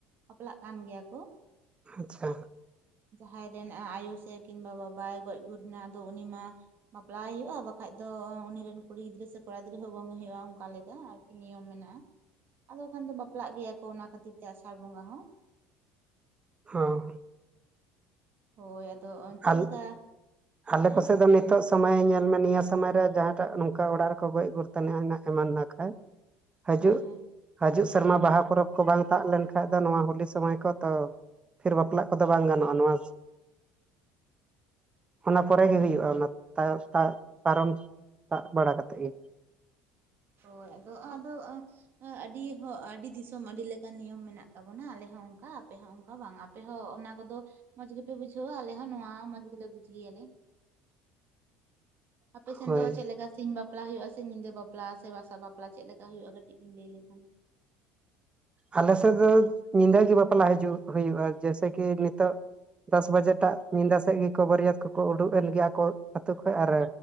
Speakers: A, on the right (about 50°); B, on the right (about 25°).
A: ᱵᱟᱯᱞᱟᱜ ᱠᱟᱱ ᱜᱮᱭᱟ ᱠᱚ
B: ᱟᱪᱪᱷᱟ
A: ᱡᱟᱦᱟᱸᱭ ᱨᱮᱱ ᱟᱭᱳ ᱥᱮ ᱠᱤᱱ ᱵᱟᱵᱟ ᱵᱟᱭ ᱜᱚᱡ ᱜᱩᱨ ᱮᱱᱟ ᱟᱫᱚ ᱩᱱᱤ ᱢᱟ ᱵᱟᱯᱞᱟᱭᱮ ᱦᱩᱭᱩᱜ-ᱟ ᱵᱟᱠᱷᱟᱡ ᱫᱚ ᱩᱱᱤ ᱨᱮᱱ ᱠᱩᱲᱤ ᱜᱤᱫᱽᱨᱟᱹ ᱥᱮ ᱠᱚᱲᱟ ᱜᱤᱫᱽᱨᱟᱹ ᱦᱚᱸ ᱜᱚᱝᱮ ᱦᱩᱭᱩᱜ-ᱟ ᱚᱱᱠᱟ ᱞᱮᱠᱟ ᱱᱤᱭᱚᱢ ᱢᱮᱱᱟᱜ-ᱟ ᱟᱫᱚ ᱠᱷᱟᱱ ᱫᱚ ᱵᱟᱯᱞᱟᱜ ᱜᱮᱭᱟ ᱠᱚ ᱚᱱᱟ ᱠᱷᱟᱹᱛᱤᱨ ᱛᱮ ᱟᱥᱟᱲ ᱵᱚᱸᱜᱟ ᱦᱚᱸ
B: ᱦᱚᱸ
A: ᱦᱳᱭ ᱟᱫᱚ ᱪᱮᱫ
B: ᱟᱞ
A: ᱞᱮᱠᱟ
B: ᱟᱞᱮ
A: ᱦᱮᱸ
B: ᱠᱚᱥᱮᱫ ᱫᱚ ᱱᱤᱛᱚᱜ ᱥᱚᱢᱚᱭ ᱧᱮᱞ ᱢᱮ ᱱᱤᱭᱟᱹ ᱥᱚᱢᱚᱭ ᱨᱮ ᱡᱟᱦᱟᱸᱴᱟᱜ ᱱᱚᱝᱠᱟ ᱚᱲᱟᱜ ᱨᱮᱠᱚ ᱜᱚᱡ ᱜᱩᱨ ᱛᱟᱱᱤᱡ ᱮᱱᱟ ᱮᱢᱟᱱ ᱮᱱᱟ ᱠᱷᱟᱭ ᱦᱟᱡᱩᱜ
A: ᱦᱮᱸ ᱦᱮᱸ
B: ᱦᱟᱡᱩᱜ ᱥᱮᱨᱢᱟ ᱵᱟᱦᱟ ᱯᱚᱨᱚᱵᱽ ᱠᱚ ᱵᱟᱝ ᱛᱟᱜ ᱞᱮᱱᱠᱷᱟᱱ ᱫᱚ ᱱᱚᱣᱟ ᱦᱳᱞᱤ ᱥᱚᱢᱚᱭ ᱠᱚ ᱛᱚ ᱯᱷᱤᱨ ᱵᱟᱯᱞᱟᱜ ᱠᱚᱫᱚ ᱵᱟᱝ ᱜᱟᱱᱚᱜ-ᱟ ᱱᱚᱣᱟ ᱚᱱᱟ ᱯᱚᱨᱮ ᱜᱮ ᱦᱩᱭᱩᱜ-ᱟ
A: ᱦᱳᱭ
B: ᱚᱱᱟ ᱛᱟᱭ ᱛᱟ ᱯᱟᱨᱚᱢ ᱛᱟᱵ ᱵᱟᱲᱟ ᱠᱟᱛᱮ ᱜᱮ
A: ᱦᱚᱭ ᱟᱫᱚ ᱟᱫᱚᱜ-ᱟ ᱟᱹᱰᱤ ᱦᱚ ᱟᱹᱰᱤ ᱫᱤᱥᱚᱢ ᱟᱹᱰᱤ ᱞᱮᱠᱟᱱ ᱱᱤᱭᱚᱢ ᱢᱮᱱᱟᱜ ᱛᱟᱵᱚᱱᱟ ᱟᱞᱮ ᱦᱚᱸ ᱚᱱᱠᱟ ᱟᱯᱮ ᱦᱚᱸ ᱚᱱᱠᱟ ᱵᱟᱝ ᱟᱯᱮ ᱟᱯᱮ ᱦᱚᱸ ᱚᱱᱟ ᱠᱚᱫᱚ ᱢᱚᱸᱡᱽ ᱜᱮᱯᱮ ᱵᱩᱡᱷᱟᱹᱣᱟ ᱟᱞᱮ ᱦᱚᱸ ᱱᱚᱣᱟ ᱢᱚᱸᱡᱽ ᱜᱮᱞᱮ ᱵᱩᱡ ᱜᱮᱭᱟ ᱞᱮ ᱟᱯᱮ ᱥᱮᱱ
B: ᱦᱳᱭ
A: ᱫᱚ ᱪᱮᱫ ᱞᱮᱠᱟ ᱥᱤᱧ ᱵᱟᱯᱞᱟ ᱦᱩᱭᱩᱜ-ᱟ ᱥᱮ ᱧᱤᱫᱟᱹ ᱵᱟᱯᱞᱟ ᱥᱮ ᱵᱟᱥᱟ ᱵᱟᱯᱞᱟ ᱪᱮᱫ ᱞᱮᱠᱟ ᱦᱩᱭᱩᱜ-ᱟ ᱠᱟᱹᱴᱤᱡ ᱵᱤᱱ ᱞᱟᱹᱭ ᱞᱮᱠᱷᱟᱱ
B: ᱟᱞᱮ ᱥᱮᱫ ᱫᱚ ᱧᱤᱫᱟᱹ ᱜᱮ ᱵᱟᱯᱞᱟ ᱦᱤᱡᱩᱜ ᱦᱩᱭᱩᱜ-ᱟ ᱡᱮᱭᱥᱮ ᱠᱤ ᱱᱤᱛᱚᱜ ᱫᱚᱥ ᱵᱟᱡᱮ ᱴᱟᱜ ᱧᱤᱫᱟᱹ ᱥᱮᱫ ᱜᱮᱠᱚ ᱵᱟᱹᱨᱭᱟᱹᱛ ᱠᱚᱠᱚ ᱩᱰᱩᱠ ᱮᱱ ᱜᱮ ᱟᱠᱚ ᱟᱹᱛᱩ ᱠᱷᱚᱱᱚᱡ ᱟᱨ